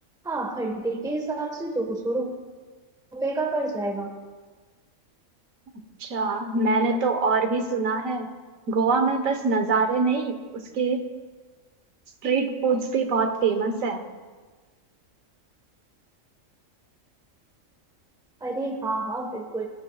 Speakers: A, in the centre; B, on the right (about 80°).
A: हाँ घंटे के हिसाब से दो सौ रुपये का पड़ जाएगा
B: अच्छा मैंने तो और भी सुना है गोवा में बस नज़ारे नहीं उसके स्ट्रीट फूड से बहुत फेमस है
A: अरे हाँ हाँ बिल्कुल